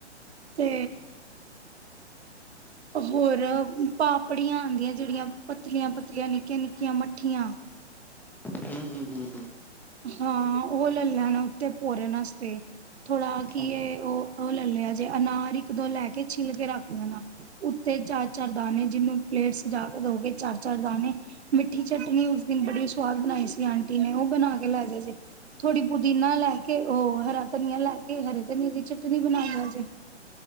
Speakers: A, on the right; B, in the centre.
A: ਤੇ ਹੋਰ ਪਾਪੜੀਆਂ ਆਂਦੀਐ, ਜੇੜੀਆਂ ਪਤਲੀਆਂ ਪਤਲੀਆਂ ਨੇ ਨਿੱਕੀਆਂ ਮੱਠੀਆਂ।
B: ਹੂੰ ਹੂੰ ਹੂੰ ਹੂੰ।
A: ਹਾਂ, ਔ ਲੈ ਲੈਨਾ ਉੱਤੇ ਪੋਰਨ ਵਸਤੇ। ਥੋੜਾ ਕੀ
B: ਹੂੰ,
A: ਏ ਔ ਔ ਲੈ ਲਿਆ ਜੇ ਅਨਾਰ ਇੱਕ ਦੋ ਲੈ ਕੇ ਛਿੱਲ ਕੇ ਰੱਖ ਲੈਣਾ, ਉੱਤੇ ਚਾਰ ਚਾਰ ਦਾਣੇ ਜਿਨੂੰ ਪਲੇਟ ਸਜਾ ਕੇ ਦੋਗੇ ਚਾਰ ਚਾਰ ਦਾਣੇ ਮਿੱਠੀ ਚਟਨੀ ਉਸ ਦਿਨ ਬੜੀ ਸਵਾਦ ਬਣਾਈ ਸੀ ਆਂਟੀ ਨੇ ਓਹ ਬਣਾ ਕੇ ਕੇ ਲੈ ਜ ਜੇ ਥੋੜੀ ਪੁਦੀਨਾ ਲੈ ਕੇ ਓਹ ਹਰਾ ਧਨੀਆ ਲੈ ਕੇ ਇ ਹਰੇ ਧਨੀਏ ਦੀ ਚਟਨੀ ਬਣਾ ਲਿਆ ਜੇ।